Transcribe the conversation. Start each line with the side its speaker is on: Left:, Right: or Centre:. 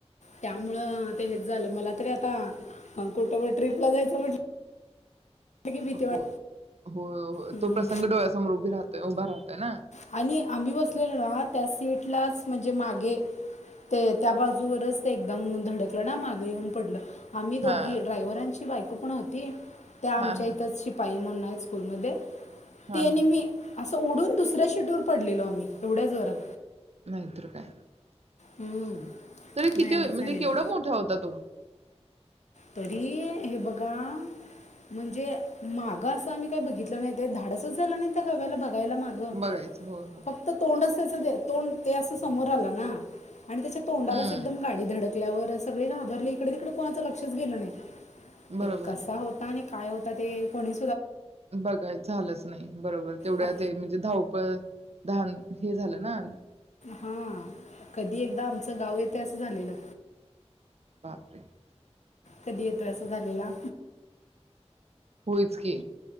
Left: त्यामुळं ते हेच झालं मला तरी आता कुठब ट्रीपला जायचं म्हटलं. की भीती
Right: हो
Left: वाट
Right: हो
Left: हम्म.
Right: तो प्रसंग डोळ्यासमोर उभी राहत उभा राहतय ना
Left: आणि आम्ही बसलेलो ना त्या सीटलाच म्हणजे मागे ते त्या बाजूवरच ते एकदम धडकलं ना मागे येऊन पडलं. आम्ही दोघी
Right: हां.
Left: ड्राय्हांची बाक खपण होतीय. त्या आमच्या
Right: हां, हां.
Left: इथंच शिपाई म्हण मा स्कूलमध्ये
Right: हां,
Left: तेने
Right: हां, हां.
Left: मी अस उडून दुसऱ्या शिटर पडलेलो आम्ही एवढ्याच जोरात
Right: नाहीतर काय
Left: हम्म.
Right: तरी किती
Left: भयानक
Right: म्हणजे
Left: झालेलं
Right: केवढा मोठा होता तो
Left: तरी हे बघा म्हणजे माग असं आम्ही काही बघितलं नाही ते धाडसच झालं नाही त्या गव्याला बघ घायला माग
Right: बघायचं. होय, होय.
Left: फक्त तोंड दे तोंड ते असं समोर आलं ना आणि त्याच्या तोंडालाच
Right: हं.
Left: एकदम गाडी धडत ल्या सगळे घाबरले इकडे तिकडे कोणाचंग लक्षच गेलं नाही.
Right: बरोबर.
Left: ते कसा होता आणि काय होता ते कोणी
Right: बघाय झालंच नाही बरोबर तेवढ्या
Left: आप
Right: ते म्हणजे धाव प्रधान हे झालं ना
Left: हा कधी एकदा आमचं गाव येत असं झालेलं.
Right: बापरे.
Left: कधी येतं अस झालेला.
Right: होयच की.